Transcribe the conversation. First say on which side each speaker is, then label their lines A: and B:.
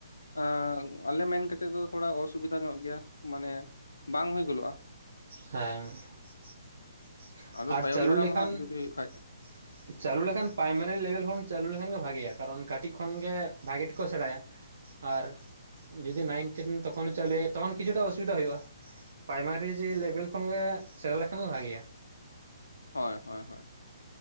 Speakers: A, on the left; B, on the right.
A: ᱮᱸ, ᱟᱞᱮ ᱢᱮᱱᱠᱟᱛᱮᱫ ᱫᱚ ᱛᱷᱚᱲᱟ ᱚᱥᱩᱵᱤᱫᱟ ᱧᱚᱜ ᱜᱮᱭᱟ ᱢᱟᱱᱮ ᱵᱟᱝ ᱦᱩᱭ ᱜᱚᱞᱚᱜᱼᱟ
B: ᱦᱮᱸ <inaudible>
A: ᱟᱫᱚ
B: ᱟᱨ
A: ᱛᱟᱭᱚᱢ
B: ᱪᱟᱹᱞᱩ
A: ᱫᱟᱨᱟᱢ
B: ᱞᱮᱠᱷᱟᱱ
A: ᱦᱟᱸᱜ ᱡᱩᱫᱤ ᱦᱩᱭᱩᱜ ᱠᱷᱟᱡ
B: <inaudible> ᱪᱟᱹᱞᱩ ᱞᱮᱠᱷᱟᱱ ᱯᱨᱟᱭᱢᱟᱨᱤ ᱞᱮᱵᱮᱞ ᱦᱚᱢ ᱪᱟᱹᱞᱩ ᱞᱮᱠᱷᱟᱱ ᱜᱮ ᱵᱷᱟᱜᱮᱭᱟ ᱠᱟᱹᱴᱤᱡ ᱠᱷᱚᱱᱜᱮ ᱵᱷᱟᱜᱮ ᱛᱮᱠᱚ ᱥᱮᱬᱟᱭᱟ ᱟᱨ ᱡᱩᱫᱤ ᱱᱟᱭᱤᱱ ᱴᱮᱱ ᱛᱚᱠᱷᱚᱱ ᱴᱮ ᱪᱟᱹᱞᱩᱭᱟ ᱛᱚᱠᱷᱚᱱ ᱠᱤᱪᱷᱩᱴᱟ ᱚᱥᱩᱵᱤᱫᱟ ᱦᱩᱭᱩᱜᱼᱟ ᱯᱨᱟᱭᱢᱟᱨᱤ ᱨᱮ ᱞᱮᱵᱮᱞ ᱠᱷᱚᱱᱜᱮ ᱥᱮᱬᱟ ᱞᱮᱠᱷᱟᱱ ᱜᱮ ᱵᱷᱟᱜᱤᱭᱟ
A: ᱦᱳᱭ ᱦᱳᱭ ᱦᱳᱭ